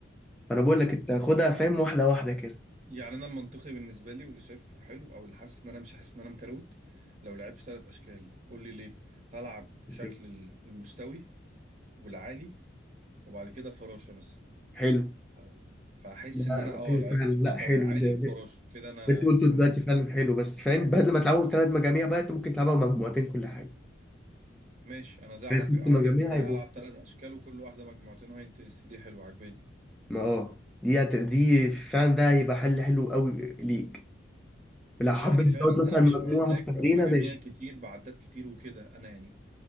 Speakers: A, in the centre; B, on the right.
A: فانا بقول لك انت خدها فاهم واحده واحده كده
B: يعني انا المنطقي بالنسبه لي واللي شايفه حلو او اللي حاسس ان انا مش حاسس ان انا مكروت لو لعبت ثلاث اشكال قول لي ليه هلعب شكل
A: أوكي.
B: ال- المستوي والعالي وبعد كده فراشه مثلا
A: حلو
B: أو- فاحس
A: لا،
B: ان انا اه
A: ايوه
B: لعبت
A: فعلا لا
B: مستوي
A: حلو
B: عالي
A: لا، لا.
B: وفراشه كده انا
A: اللي انت قلته
B: عملت
A: دلوقتي فعلا حلو بس فاهم بدل ما تلعبوا ثلاث مجاميع بقى انت ممكن تلعبها مجموعتين كل حاجه
B: ماشي انا ده
A: بس
B: عاج-
A: ست
B: عاجبني
A: مجاميع
B: ان انا
A: هيبقوا
B: العب ثلاث اشكال وكل واحده مجموعتين هاي انتنسيتي دي حلوه عاجباني
A: ما اه دي هت... دي فعلا ده هيبقى حل حلو قوي ليك لو حبيت
B: يعني فعلا
A: تزود مثلا
B: انا مش
A: مجموعه
B: محتاج
A: في تمرينه
B: مجاميع
A: ماشي
B: كتير بعدات كتير وكده انا يعني